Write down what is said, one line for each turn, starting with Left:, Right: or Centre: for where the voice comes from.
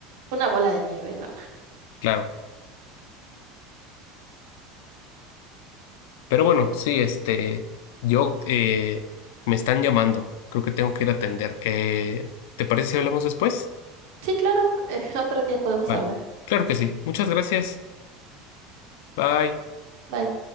Right: una bola de nieve, ¿no?
Left: Claro. Pero bueno, sí, este, yo eh, me están llamando, creo que tengo que ir a atender. Eh, ¿te parece si hablamos después?
Right: Sí, claro, eh, otro día podemos
Left: Vale,
Right: hablar.
Left: claro que sí. Muchas gracias. Bye.
Right: Bye.